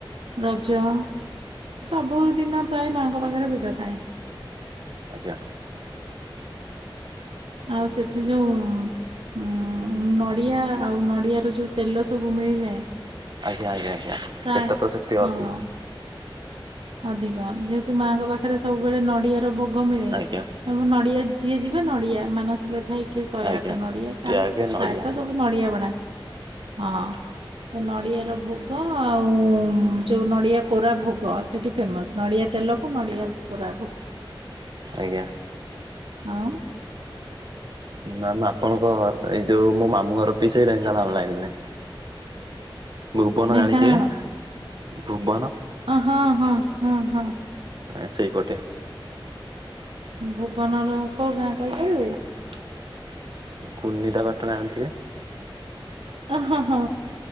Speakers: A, on the right; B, on the right.
A: ରଜ। ସବୁଦିନ ପ୍ରାୟ ମାଆଙ୍କ ପାଖରେ ଭିଡ ଥାଏ।
B: ଆଜ୍ଞା।
A: ଆଉ ସେଠି ଯୋଉଁ ଉଁ ନଡିଆ ଆଉ ନଡିଆ ର ଯୋଉ ତେଲ ସବୁ ମିଳିଯାଏ।
B: ଆଜ୍ଞା ଆଜ୍ଞା ଆଜ୍ଞା
A: ପ୍ରାୟ
B: ସେଟା ତ ସେଠି
A: ହଁ
B: ଅଦି
A: ଅଧିକ ଯେହେତୁ ମାଆଙ୍କ ପାଖରେ ସବୁ ସବୁବେଳେ ନଡିଆ ର ଭୋଗ ମିଳେ
B: ଆଜ୍ଞା।
A: ମ ନଡିଆ ଯିଏ ଯିବେ ନଡିଆ ମାନସିକ ଥାଇ ଟିକେ ଶହେ
B: ଆଜ୍ଞା
A: ଆଠ ନଡିଆ କାହାର
B: ଟିକେ ଆଗେ ନଡ଼ିଆ।
A: ପ୍ରାୟତଃ ସବୁ ନଡିଆ ବଡାନ୍ତି ହଁ। ଅ ନଡିଆ ର ଭୋଗ ଆଉ ଯୋଉଁ ନଡିଆ କୋରା ଭୋଗ ସେଠି ଫେମସ ନଡିଆ ତେଲକୁ ନଡିଆ କୋରା ଭୋଗ।
B: ଆଜ୍ଞା।
A: ହଁ।
B: ମାମ ଆପଣଙ୍କ ଏ ଯୋଉ ମୋ ମାମ ମୋର ପିଛେଇ ଢେଙ୍କାନାଳ ଲାଇନି ରେ ଭୁବନ
A: ଢେଙ୍କାନାଳ
B: ଜାଣିଥିବେ? ଭୁବନ।
A: ଅ ହଁ ହଁ ହଁ ହଁ।
B: ଆ ସେଇପଟେ।
A: ଭୁବନର କୋଉ ଗାଁ କହିପାରିବେ।
B: କୁନିନ୍ଦା ପାଟଣା ଜାଣିଥିବେ।
A: ଅ ହଁ ହଁ